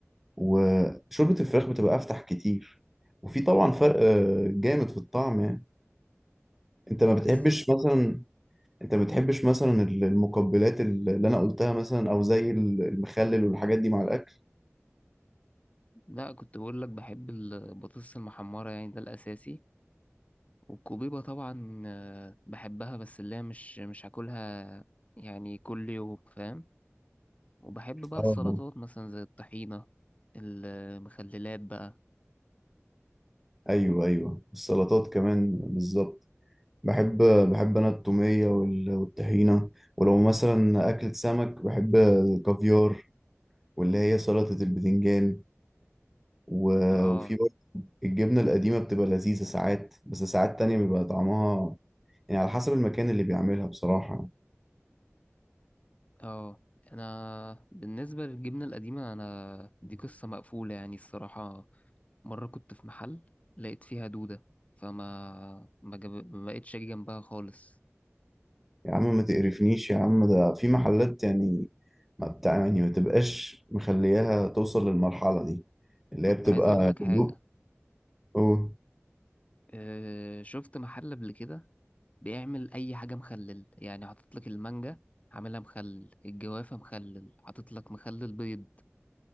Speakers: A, in the centre; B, on the left.
A: وشوربة الفراخ بتبقى أفتح كتير وفي طبعا فرق آه، جامد في الطعم يعني انت ما بتحبش
B: حاسس
A: مثلا انت ما بتحبش مثلا ال- المقبلات ال- اللي انا قلتها مثلا او زي ال- المخلل والحاجات دي مع الاكل
B: لا كنت بقول لك بحب البطاطس المحمرة يعني ده الأساسي والكوبيبة طبعا آه، بحبها بس اللي هي مش مش هاكلها يعني كل يوم فاهم وبحب بقى
A: اه
B: السلطات مثلا زي الطحينة المخللات بقى
A: ايوه ايوه السلطات كمان بالظبط بحب بحب انا التوميه وال- والطحينه ولو مثلا اكلة سمك بحب الكافيار واللي هي سلطه البتنجان و-
B: اه
A: وفي برضه الجبنه القديمه بتبقى لذيذه ساعات بس ساعات تانية بيبقى طعمها يعني على حسب المكان اللي بيعملها بصراحه
B: اه انا بالنسبة للجبنة القديمة انا دي قصة مقفولة يعني الصراحة مرة كنت في محل لقيت فيها دودة فما ما, جاب... ما بقتش أجي جنبها خالص
A: يا عم ما تقرفنيش يا عم ده في محلات يعني ما بتاع يعني ما تبقاش مخلياها توصل للمرحلة دي اللي
B: كنت
A: هي بتبقى
B: عايز أقول لك حاجة
A: دوب أوه.
B: أه... شفت محل قبل كده بيعمل أي حاجة مخلل يعني حاطط لك المانجا عاملها مخلل الجوافة مخلل حاطط لك مخلل بيض